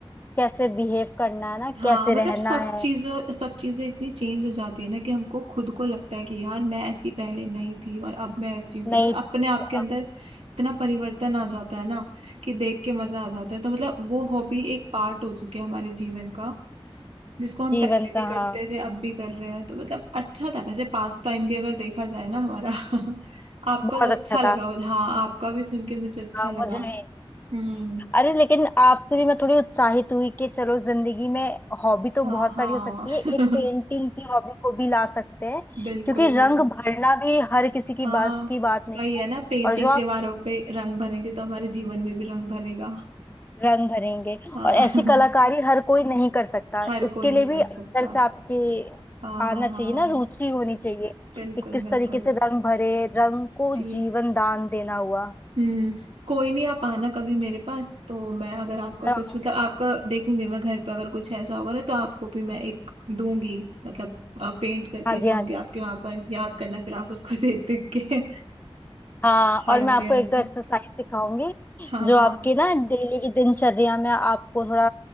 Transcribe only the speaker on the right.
हाँ
मतलब
सब
चीजों सब चीजें इतनी चेंज हो जाती है ना कि हमको खुद को लगता है कि यार मैं ऐसी पहले नहीं थी और अब मैं ऐसी हूँ तो
मतलब
अपने आप
के अंदर इतना परिवर्तन आ जाता है ना कि देख के मजा आ जाता है तो मतलब वो हॉबी एक पार्ट हो चुकी है हमारे जीवन का जिसको हम
पहले भी
करते
थे अब भी कर रहे हैं तो मतलब अच्छा था वैसे पास टाइम भी अगर देखा जाए ना हमारा <laughs> आपका
तो अच्छा
लगा
हाँ आपका भी सुन के मुझे अच्छा
लगा
हम्म
हाँ
हाँ
<laughs>
बिल्कुल
बिल्कुल
हाँ
वही है
ना पेंटिंग
दीवारों पे रंग भरेंगे तो हमारे जीवन में भी रंग भरेगा
हाँ
<laughs> हर
कोई
नहीं
कर
सकता
हाँ
हाँ
हाँ
बिल्कुल
बिल्कुल
जी
हम्म कोई नहीं आप आना कभी मेरे पास तो मैं अगर आपका
कुछ
मतलब आपका देखूंगी मैं घर पे अगर कुछ ऐसा होगा ना तो आपको भी मैं एक दूंगी मतलब पेंट करके
जाऊंगी
आपके वहां पर याद करना फिर आप उसको <laughs> देख देख के
हाँ
जी
हाँ
जी
हाँ
हाँ